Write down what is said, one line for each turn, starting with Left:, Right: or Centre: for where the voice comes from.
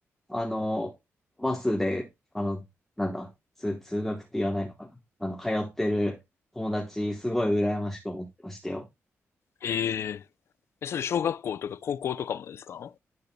Centre: あの、バスで、あの、なんだ、通、通学って言わないのかな。あの、通ってる友達、すごい羨ましく思ってましたよ。
Left: えええ、それ小学校とか高校とかもですかおー、